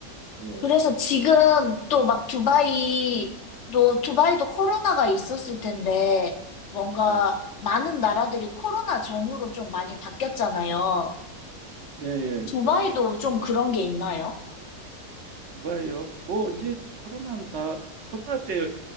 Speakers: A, on the right; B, on the left.
A: 예.
B: 그래서 지금 또 막 두바이도, 두바이도 코로나가 있었을 텐데, 뭔가
A: 예.
B: 많은 나라들이 코로나 전후로 좀 많이 바뀌었잖아요.
A: 네, 예.
B: 두바이도
A: 저도
B: 좀 그런 게 있나요?
A: 봐요. 뭐 이제 코로나는 다 코로나 때